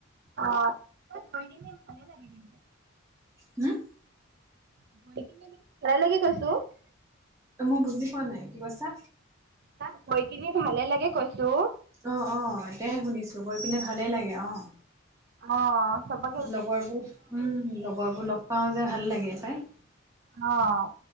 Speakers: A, on the right; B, on the right.
A: অ'! তাত, গৈ কিনে ভালে লাগে, কিন্তু!
B: হুম?
A: <unintelligible>
B: অ'! মই বুজি পোৱা নাই, কি কৈছা?
A: তাত, গৈ কিনে ভালে লাগে, কৈছোঁ!
B: অ' অ'! এতিয়াহে শুনিছোঁ, গৈ পিনে ভালেই লাগে, অ'!
A: অ' অ'! চবত
B: লগৰবোৰ, উম! লগৰ বোৰ লগ পাওঁ যে, ভাল লাগে পাই!
A: অ'!